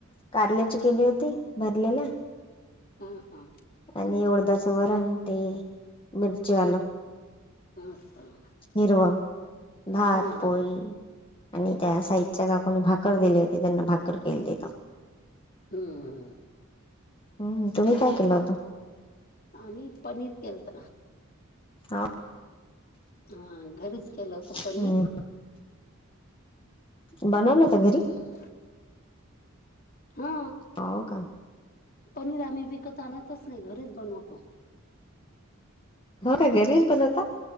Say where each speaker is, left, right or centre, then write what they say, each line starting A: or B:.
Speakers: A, on the left (about 25°); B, on the left (about 45°).
A: कारल्याची केली होती भरलेला
B: हा हा
A: आणि उडदा चं वरण ते मिरची वालं
B: असं.
A: हिरवा भात
B: हा हा
A: पोळी आणि त्या साइडच्या काकूंनी भाकर दिली होती. त्यांना भाकर केलती का.
B: हम्म
A: हम्म तुम्ही काय केलं होत.
B: आम्ही पनीर केलत.
A: हा
B: हा घरीच केलं होत पनीर.
A: हम्म बनवलं होत
B: हम्म
A: घरी
B: हा
A: हो का
B: पनीर आम्ही विकत आणतच नाही घरीच बनवतो.
A: हो का घरीच पण आता